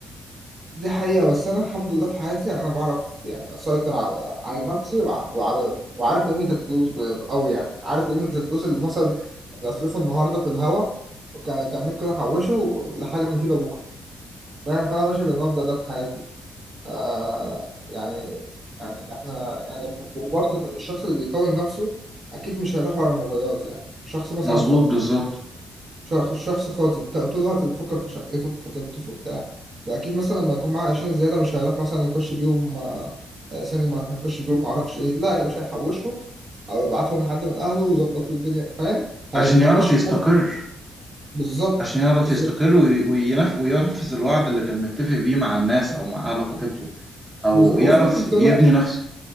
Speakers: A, on the right; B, on the right.
A: دي حقيقة بس أنا الحمد لله في حياتي أنا بعرف يعني أسيطر على على نفسي وع- وعلى وعارف قيمة الفلوس ب- أوي يعني عارف قيمة الفلوس اللي مثلا اللي أصرفها النهاردة في الهوا كان كان ممكن أحوشه لحاجة مفيدة بكرة فاهم فأنا ماشي بالمبدأ ده في حياتي آه يعني يعني إحنا يعني وبرضه الشخص اللي بيكون نفسه أكيد مش هيروح ورا مغريات يعني شخص مثلا
B: مظبوط
A: خاطب
B: بالظبط
A: شخص شخص خاطب ت- طول الوقت بيفكر في شقته في خطيبته في بتاع فأكيد مثلا لما يكون معاه عشان زيادة مش هيروح مثلا يخش بيهم آه، آه، سينما هيخش بيهم معرفش إيه لا يا باشا هيحوشهم أو يبعتهم لحد من أهله ويظبط له الدنيا فاهم هي-
B: عشان يعرف
A: هيمشي
B: يستقر
A: حاله بالظبط
B: عشان يعرف
A: بالظبط
B: يستقر وي- وينف... وينفذ الوعد اللي كان متفق بيه مع الناس أو مع أهل خطيبته أو
A: بز- وفي
B: يعرف
A: ناس بتقول
B: يبني
A: لك
B: نفسه